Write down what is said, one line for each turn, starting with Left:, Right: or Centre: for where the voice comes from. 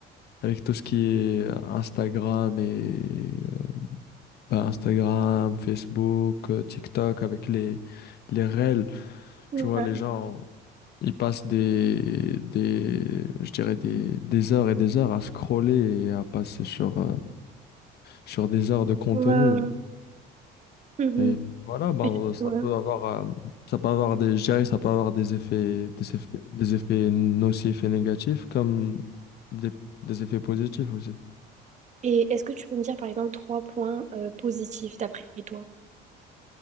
Left: avec tout ce qui est Instagram et, euh, ben, Instagram, Facebook, euh, TikTok, avec les, les reels,
Right: ouais,
Left: tu vois, les gens, ils passent des, des, je dirais des, des heures et des heures à scroller et à passer sur, euh, sur des heures de contenu.
Right: ouais. Mhm.
Left: Et voilà, ben,
Right: Et,
Left: ça
Right: ouais.
Left: peut avoir, euh, ça peut avoir des, je dirais, ça peut avoir des effets, des effets, des effets nocifs et négatifs comme des, des effets positifs aussi.
Right: Et est-ce que tu peux me dire par exemple trois points euh, positifs d'après toi?